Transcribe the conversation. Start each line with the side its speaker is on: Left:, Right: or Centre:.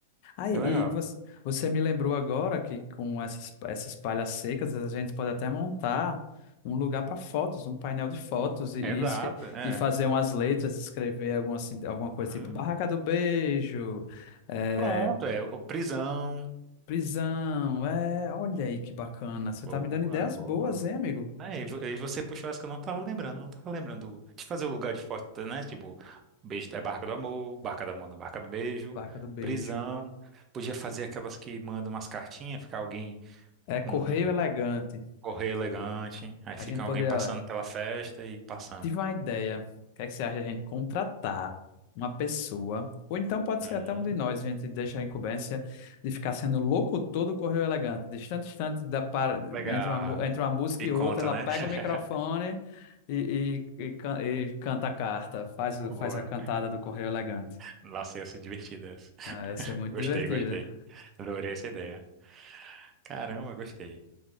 Left: Ah, e
Right: é legal.
Left: e você, você me lembrou agora que com essas, essas palhas secas a gente pode até montar um lugar para fotos, um painel de fotos e, e,
Right: Exato,
Left: escre-
Right: é.
Left: e fazer umas letras, escrever alguma, assim, alguma coisa
Right: Hum,
Left: tipo Barraca do Beijo, é,
Right: pronto, é. o Prisão.
Left: prisão. É, olha aí que bacana. Você
Right: Boa,
Left: tá me dando ideias
Right: boa,
Left: boas,
Right: boa.
Left: hein, amigo?
Right: É, e vo- e você puxou essa que eu não tava lembrando, não tava lembrando de fazer o lugar de foto, né? Tipo, beijo é Barca do Amor, Barca do Amor, não, Barca do Beijo,
Left: Barraca do Beijo.
Right: prisão. Podia fazer aquelas que mandam umas cartinhas, ficar alguém
Left: É Correio
Right: com
Left: Elegante.
Right: correio elegante, aí fica
Left: A gente poder
Right: alguém passando pela festa e passando.
Left: Tive uma ideia. O que é que você acha da gente contratar uma pessoa? Ou então pode
Right: Hum,
Left: ser até um de nós, a gente deixa a incumbência de ficar sendo locutor do Correio Elegante. Distante, distante da para,
Right: legal.
Left: entre uma, mu- entre uma música
Right: E
Left: e
Right: conta,
Left: outra, ela
Right: né?
Left: pega
Right: <laughs>
Left: o microfone e, e, e can- e canta a carta, faz, o-
Right: Boa.
Left: faz a cantada do Correio Elegante.
Right: Nossa, essa é divertida essa.
Left: Ah, ia ser muito
Right: Gostei,
Left: divertida.
Right: gostei. Adorei essa ideia. Caramba, gostei.